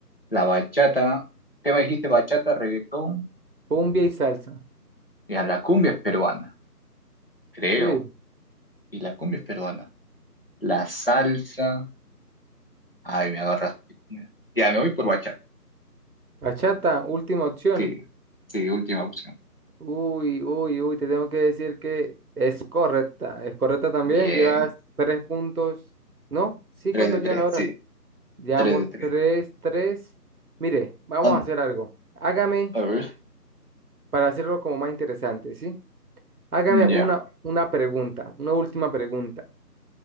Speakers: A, on the left; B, on the right.
A: La bachata, ¿qué me dijiste? Bachata, reggaetón,
B: Cumbia y salsa.
A: y a la cumbia es peruana, creo,
B: Sí.
A: y la cumbia es peruana. La salsa, ay, me agarraste. con eso. Ya, me voy por bachata,
B: Bachata, última opción.
A: sí, sí, última opción.
B: Uy, uy, uy, te tengo que decir que es correcta. Es correcta también.
A: Bien,
B: Llevas tres puntos. ¿No? Sí,
A: 3
B: ¿cuánto
A: de
B: lleva
A: 3,
B: ahora?
A: sí,
B: Llevamos
A: 3 de 3.
B: tres, tres. Mire, vamos
A: A
B: a hacer algo. Hágame,
A: ver,
B: para hacerlo como más interesante, ¿sí? Hágame
A: mm,
B: una,
A: ya,
B: una pregunta, una última pregunta,